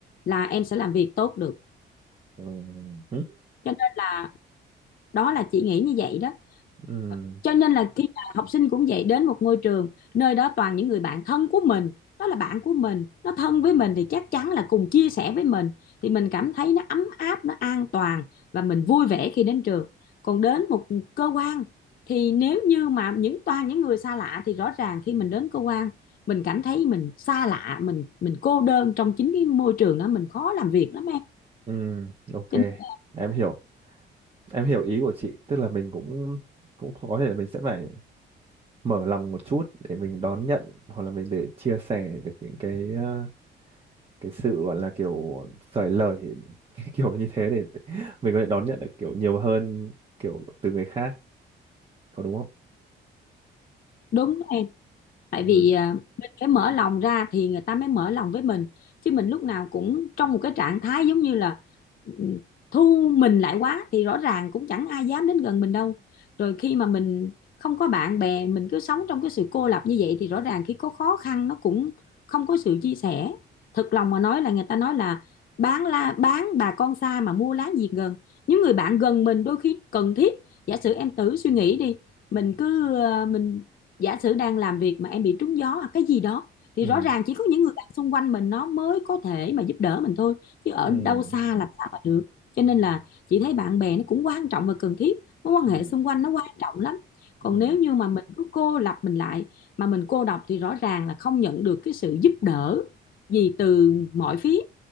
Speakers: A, on the left (about 45°); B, on the right (about 30°).
A: là em sẽ làm việc tốt được
B: Ừ. Ừ.
A: cho nên là đó là chị nghĩ như vậy đó
B: Ừ.
A: cho nên là khi mà học sinh cũng vậy đến một ngôi trường nơi đó toàn những người bạn thân của mình đó là bạn của mình nó thân với mình thì chắc chắn là cùng chia sẻ với mình thì mình cảm thấy nó ấm áp nó an toàn và mình vui vẻ khi đến trường còn đến một cơ quan thì nếu như mà những toàn những người xa lạ thì rõ ràng khi mình đến cơ quan mình cảm thấy mình xa lạ mình mình cô đơn trong chính cái môi trường đó mình khó làm việc lắm em
B: Ừ. Ok,
A: Cho nên-
B: em hiểu. Em hiểu ý của chị, tức là mình cũng cũng có thể là mình sẽ phải mở lòng một chút để mình đón nhận hoặc là mình để chia sẻ được những cái ờ, cái sự gọi là kiểu sởi lời <laughs> kiểu như thế để để mình có thể đón nhận được kiểu nhiều hơn kiểu từ người khác, có đúng không?
A: đúng em tại
B: Ừ.
A: vì à, mình phải mở lòng ra thì người ta mới mở lòng với mình chứ mình lúc nào cũng trong một cái trạng thái giống như là ừm, thu mình lại quá thì rõ ràng cũng chẳng ai dám đến gần mình đâu rồi khi mà mình không có bạn bè mình cứ sống trong cái sự cô lập như vậy thì rõ ràng khi có khó khăn nó cũng không có sự chia sẻ thật lòng mà nói là người ta nói là bán la bán bà con xa mà mua láng giềng gần những người bạn gần mình đôi khi cần thiết giả sử em thử suy nghĩ đi mình cứ ờ, mình giả sử đang làm việc mà em bị trúng gió hoặc cái gì đó thì
B: Ừ.
A: rõ ràng chỉ có những người bạn xung quanh mình nó mới có thể mà giúp đỡ mình thôi chứ ở
B: Ừ.
A: đâu xa làm sao mà được cho nên là chị thấy bạn bè nó cũng quan trọng và cần thiết mối quan
B: Ừ.
A: hệ xung quanh nó quan trọng lắm còn
B: Ừ.
A: nếu như mà mình cứ cô lập mình lại mà mình cô độc thì rõ ràng là không nhận được cái sự giúp đỡ gì từ mọi phía